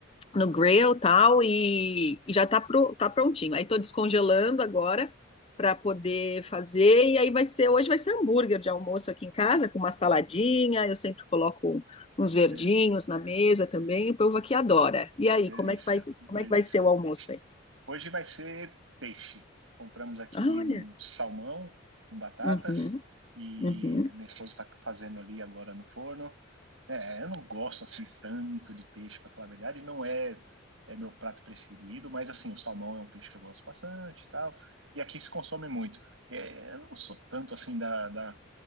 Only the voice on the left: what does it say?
no grill tal, e, e já tá, pro, tá prontinho. Aí tô descongelando agora para poder fazer, e aí vai ser, hoje vai ser hambúrguer de almoço aqui em casa, com uma saladinha, eu sempre coloco uns verdinhos
na mesa também, o povo aqui adora. E aí,
como é que vai,
como é que vai ser o almoço aí?
Ah, olha,
uhum,
uhum.